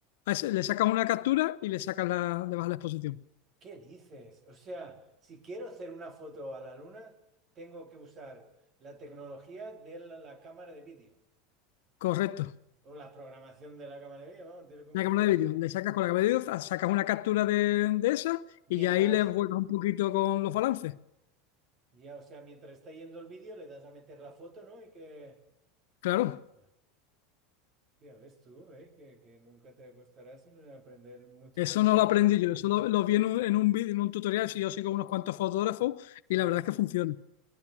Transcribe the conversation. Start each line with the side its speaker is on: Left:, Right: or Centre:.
Left: A ese-
Right: ¿Qué,
Left: Le sacas una captura y le sacas la, le bajas la exposición.
Right: qué dices? O sea, si quiero hacer una foto a la luna, tengo que usar la tecnología de la, la cámara de vídeo
Left: Correcto.
Right: o la programación de la cámara de vídeo, vamos, dile como
Left: Una cámara
Right: quieras.
Left: de vídeo, le sacas con la cámara de vídeo, sacas una captura de, de esa
Right: Mientras,
Left: y ya ahí le juegas un poquito con los balances.
Right: ya, o sea, mientras está yendo el vídeo, le das a meter la foto, ¿no? Y que...
Left: Claro,
Right: Hostia, ves tú, ¿eh? Que, que nunca te acostarás sin aprender muchas
Left: eso
Right: cosas.
Left: no lo aprendí yo, eso lo, lo vi en un, en un vídeo, en un tutorial, si yo sigo unos cuantos fotógrafos
Right: Sí.
Left: y la verdad es que funciona.